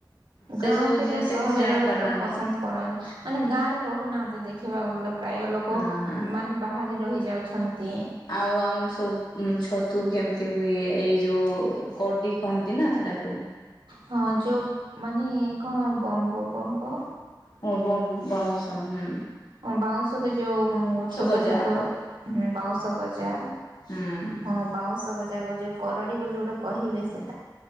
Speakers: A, on the left; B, on the right.
A: ସେ
B: ଗାଁ
A: ସବୁ
B: ଅପେକ୍ଷା
A: ଜିନିଷ
B: ସହରରେ
A: କିଛି ଜାଣି
B: ରହିବା
A: ପାରୁନାହାନ୍ତି
B: ପସନ୍ଦ କରନ୍। ମାନେ ଗାଁରେ ରହୁନାହାନ୍ତି ଦେଖି କିିବା ଆଉ ଗଲେ। ପ୍ରାୟ ଲୋକ
A: ହଁ।
B: ମାନେ ବାହାରେ ରହି ଯାଉଛନ୍ତି
A: ଆଉ ଆମ ସବୁ ଛତୁ କେମତି ହୁଏ ଏଇ ଯୋଉ କଡି କହନ୍ତି ନାଁ ସେଟାକୁ।
B: ହଁ ଯୋଉ ମାନେ କଣ ବମ୍ବ ବମ୍ବ
A: ହଁ ବମ୍ ବାଉଁଶ୍ ତ ହୁଁ‌।
B: ହଁ ବାଉଁଶରେ ଯୋଉ ଛୋଟ
A: ଗଜା
B: ଛୋଟ ହୁଁ ବାଉଁଶ ଗଜା
A: ହୁଁ
B: ହଁ ବାଉଁଶ ଗଜା ଗ ଯୋଉ କରଡି ବୋଲି ଗୋଟେ କହିବେ ସେ